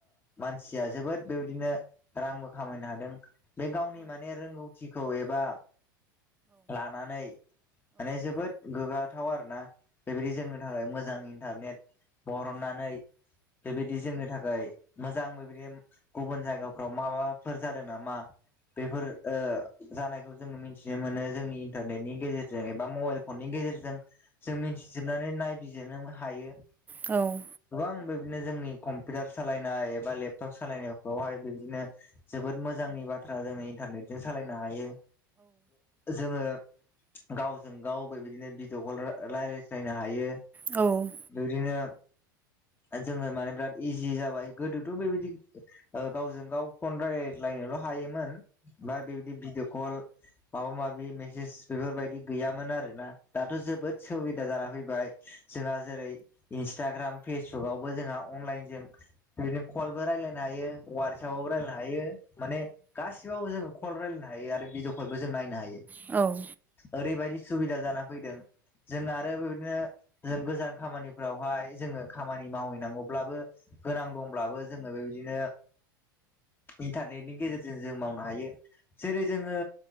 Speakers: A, on the left; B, on the right.
A: मानसिया जोबोद बेबायदिनो रांबो खामायनो हादों बे गावनि माने रोंगौथिखौ एबा लानानै माने जोबोद गोग्गाथाव आरोना बेबायदि जोंनो थाखाय मोजां इन्टारनेट बरननानै बेबायदि जोंनो था खाय मोजां बेबायदि गुबुन जायगाफ्राव माबाफोर जादों नामा बेफोर ओ जानायखौ जोंङो मिथिनो मोनो जोंनि इन्टारनेटनि गेजेरजों एबा मबाइल फननि गेजेरजों जों मिथिजोबनानै नायबिजिरनो हायो
B: औ
A: गोबां बिदिनो जोंनि कम्पिउटार सालायनाय एबा लेपटप सालायनायफ्रावहाय बिदिनो जोबोद मोजांनि बाथ्रा जोङो इन्टारनेटजों सालायनो हायो जोङो गावजों गाव बेबायदिनो भिड कल रा रायलायज्लायनो हायो
B: औ
A: बिबदिनो जोङो माने बिराद इजि जाबाय गोदोथ' बेबायदि गावजों गाव फन रायजलायनोल' हायोमोन बा बेबायदि भिडिअ' कल माबा माबि मेसेज बेफोरबायदि गैयामोन आरो ना दाथ' जोबोद सुबिदा जाना फैबाय जोंहा जेरै इन्सटाग्राम फेसबुकवबो जोंहा अनलाइनजों बिदिनो कलबो रायलायनो हायो वार्सापवबो राय‌ लायनो हायो माने गासिबावबो जो कल रायलायनो हायो आरो भिडिअ खलबो जों नायनो हायो
B: औ
A: ओरैबायदि सुबिदा जाना फैदों जों आरो बेबायदिनो जों गोजान खामानि फोरावहाय जोङो मावहैनांगौब्लाबो गोनां दंब्लाबो जोङो बेबायदिनो इन्टारनेटनि गेजेरजों जों मावनो हायो जेरै जोङो